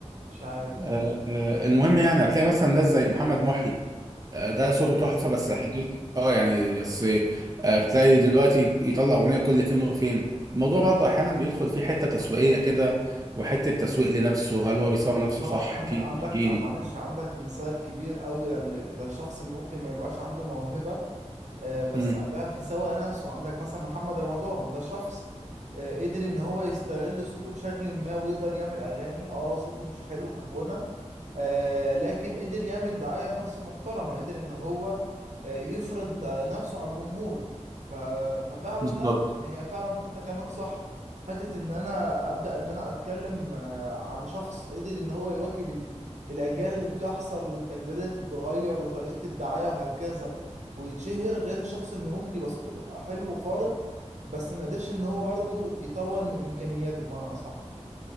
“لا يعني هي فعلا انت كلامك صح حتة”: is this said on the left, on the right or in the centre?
Right